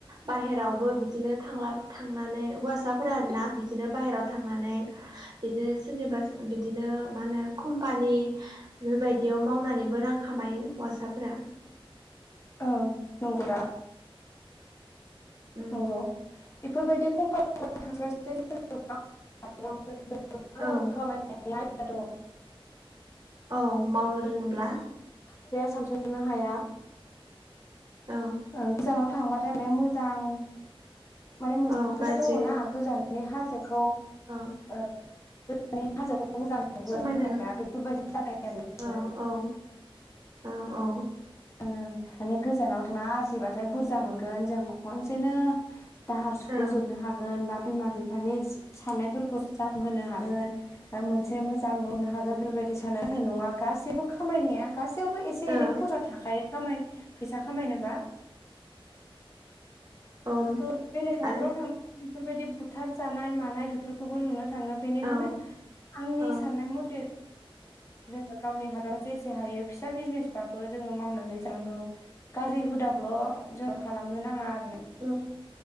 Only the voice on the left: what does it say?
औ नंगौदा
नंगौ बेफोरबायदि कम्पानिफोराव थांस्लाय साय जोङो गाव <unintelligible> जों गोबां
रां खामायनायनि आइदिआ दङ
बिफाया सानस'नो हाया
ओं गोजानाव थांबाथाय माने मोजां माने मोनसे
खोथा
दङ ना गोजाननि हाजोखौ
ओ माने हाजोखौ मोजां नुहरो
होनाया बेफोरबायदि जाबाय आरो बिसरो
माने गोजानाव थाङा आरजिब्लााथाय बुरजा मोनगोन जों खनसेनो दाहार सुख'जोबनो
हागोन बा बिमा बिफानि सा-साननायफोरखौ जाफुंहोनो हा ओन ओ मोनसे मोजां न' नो हागोन बेफोरबायदि सानो नाथाय नङा गासैबो खामायनाया गसै सैयावबो एसे एनै
खसा थाखायो खाम फैसा खामायनोबा।
ओ बेलेग हादराव
थांनानै बेफोरबायदि बुथार जानाय मानाय बेफोरखौबो नुनो थाङो बेनिखायनो
आंनि
साननाय मथे जोङो गावनि हादराव जेसे हायो फिसा बिजनेसबाबो जोङो मावनानै जांगौ। गाज्रि हुदाखौल' जोङो खालामनो नाङा आरोना।